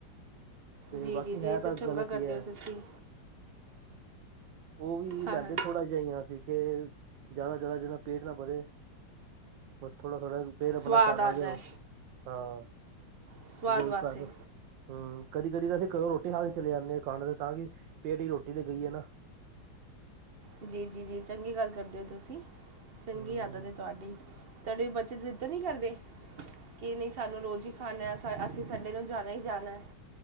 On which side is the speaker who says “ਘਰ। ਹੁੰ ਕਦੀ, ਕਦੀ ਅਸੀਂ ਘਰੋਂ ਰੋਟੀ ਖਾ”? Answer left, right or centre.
Right